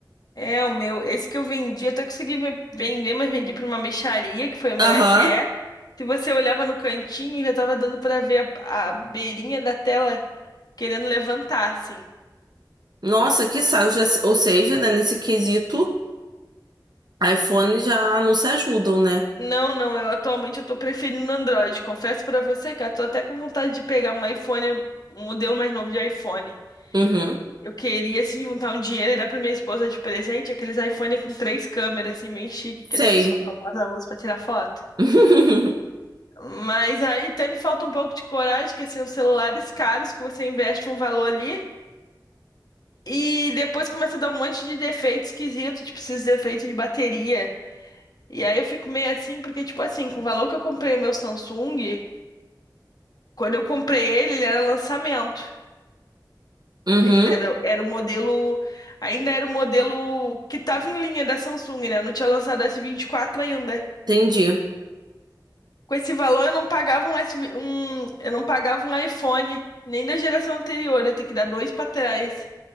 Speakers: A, on the left; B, on the right.
A: é o meu. Esse que eu vendi, até consegui ve- vender, mas vendi pra uma mixaria, que foi o meu
B: Aham.
A: S SE. Se você olhava no cantinho, já tava dando pra ver a, a beirinha da tela querendo levantar, assim.
B: Nossa, que saco. Já, ou seja, né, nesse quesito, iPhone já não se ajudam, né?
A: Não, não, eu atualmente eu tô preferindo Android. Confesso pra você, cara, tô até com vontade de pegar um iPhone, um modelo mais novo de iPhone.
B: Uhum.
A: Eu queria, assim, juntar um dinheiro e dar pra minha esposa de presente aqueles iPhone com três câmeras, assim, bem chique, que
B: Sei.
A: as pessoas famosas usam pra tirar foto.
B: <laughs>
A: Mas aí até me falta um pouco de coragem, que assim, são celulares caros, que você investe um valor ali e depois começa a dar um monte de defeito esquisito, tipo esses defeitos de bateria. E aí eu fico meio assim, porque, tipo assim, com o valor que eu comprei o meu Samsung. Quando eu comprei ele, ele era lançamento.
B: Uhum.
A: Ainda era, era o modelo, ainda era o modelo que tava em linha da Samsung, né? Não tinha lançado o S24 ainda.
B: Entendi.
A: Com esse valor, eu não pagava um, S, V um, eu não pagava um iPhone, nem da geração anterior, eu tenho que dar dois pra trás.